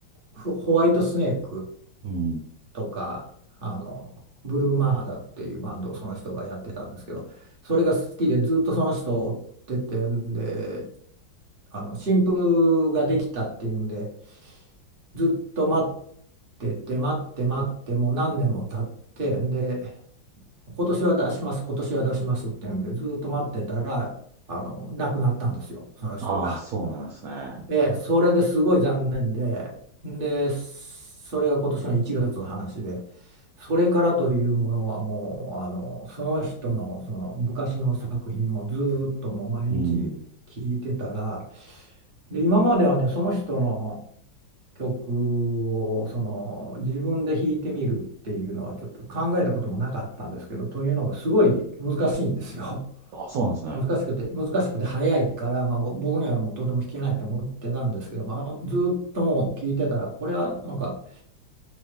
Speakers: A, on the right; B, on the right.
A: ホホワイトスネーク
B: い。うん。
A: とか、あのブルーマーダっていうバンドをその人がやってたんですけど、それが好きでずーっとその人を追っててんで、あの新譜ができたっていうんで、ずっと待ってて待って待ってもう何年も経ってで今年は出します今年は出しますっていうんでずっと待ってたらあの亡くなったんですよその人が。
B: ああ、そうなんですね。
A: ええ、それですごい残念ででそれが今年の1月の話でそれからというものはもうあのその人のその昔の作品をずーっともう毎日聞いてたら
B: うん。
A: で今まではねその人の曲をその自分で弾いてみるっていうのはちょっと考えたこともなかったんですけど、というのがすごい難しいんですよ。
B: あ、そうなんですね。
A: <laughs> 難しくて、難しくて早いから、まあ、僕にはもうとても弾けないと思ってたんですけど、まあ、ずっともう聞いてたら、これはなんか、